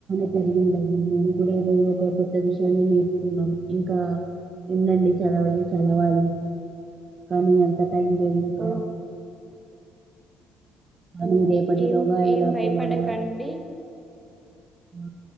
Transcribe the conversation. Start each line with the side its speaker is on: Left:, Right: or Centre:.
Right: <unintelligible> కూడా ఏదో ఒక కొత్త విషయాన్ని నేర్చుకున్నాం ఇంకా ఉందండి చదవాలి చదవాలి కానీ అంత టైమ్ లేదింక
Centre: ఉమ్
Right: కానీ
Centre: ఉమ్
Right: రేపటిలోగా
Centre: ఏం
Right: ఎలాపోలాగా
Centre: ఏం భయపడకండి
Right: ఆ